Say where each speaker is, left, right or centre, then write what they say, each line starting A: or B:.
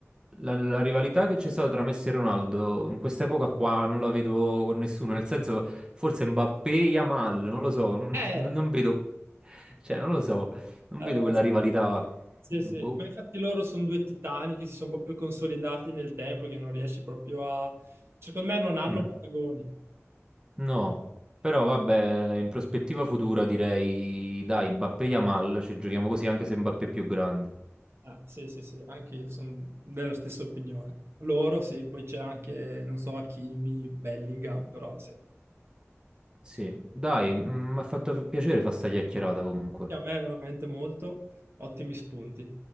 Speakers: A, on the right; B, on the right.
A: la, la rivalità che c'è stata tra Messi e Ronaldo in quest'epoca qua non la vedo con nessuno, nel senso forse Mbappé e Yamal, non lo so, <laughs> non,
B: Eh,
A: non vedo, cioè non lo so, non
B: allora,
A: vedo quella rivalità,
B: sì,
A: boh,
B: sì. Ma infatti loro sono due titani che si sono proprio consolidati nel tempo, che non riesci proprio a... Secondo me non hanno
A: Mm.
B: paragoni.
A: no, però
B: Ah,
A: vabbè, in prospettiva futura direi dai, Mbappé e Yamal, ci giochiamo così anche se Mbappé è più grande.
B: ah, sì, sì, sì, anche io sono della stessa opinione. Loro sì, poi c'è anche, non so, Hakimi, Bellingham, però sì.
A: Sì, dai, mm, mi ha fatto piacere fare sta chiacchierata comunque.
B: Sì, A me veramente molto, ottimi spunti.